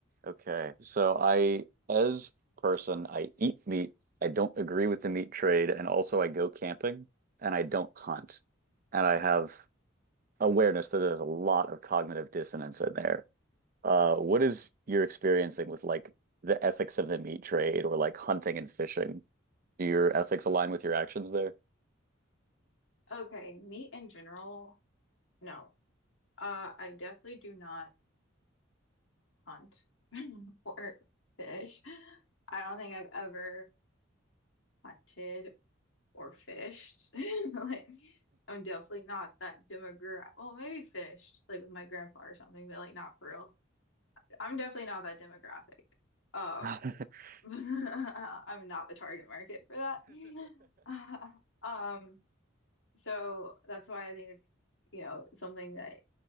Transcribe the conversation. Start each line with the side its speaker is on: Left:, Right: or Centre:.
Right: Okay. So I, as a person, I eat meat. I don't agree with the meat trade, and also I go camping and I don't hunt. And I have awareness that there's a lot of cognitive dissonance in there. Uh, what is your experiencing with like the ethics of the meat trade or like hunting and fishing? Do your ethics align with your actions there?
Left: Okay, meat in general, no. Uh, I definitely do not hunt <laughs> or fish. I don't think I've ever hunted or fished. <laughs> Like, I'm definitely not that demographic. Well, maybe fished, like with my grandpa or something, but like not for real. I'm definitely not that demographic. Um,
Right: <laughs>
Left: <laughs> I'm not the target market for that. <laughs> Um, so that's why I think it's, you know, something that